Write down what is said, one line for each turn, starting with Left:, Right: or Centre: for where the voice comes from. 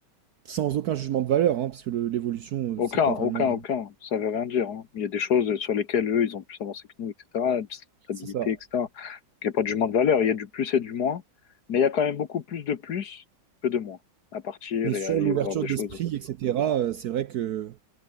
Right: Sans aucun jugement de valeur, hein, parce que le- l'évolution,
Left: Aucun,
Right: euh, c'est pas
Left: aucun,
Right: vraiment.
Left: aucun. Ça veut rien dire. hein. Il y a des choses sur lesquelles eux, ils ont plus avancé que nous, etc. de Stabilité,
Right: C'est ça.
Left: etc. Donc, Il n'y a pas de jugement de valeur. Il y a du plus et du moins. Mais il y a quand même beaucoup plus de plus que de moins à partir
Right: Mais
Left: et
Right: sur
Left: à aller
Right: l'ouverture
Left: voir des choses.
Right: d'esprit, etc., euh, c'est vrai que.